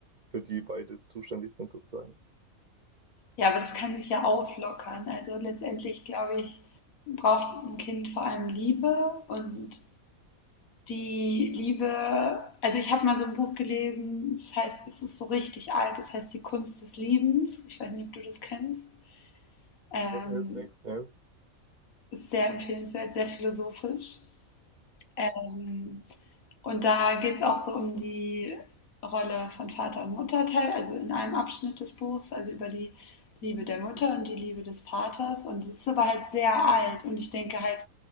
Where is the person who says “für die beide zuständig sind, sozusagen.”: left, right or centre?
Right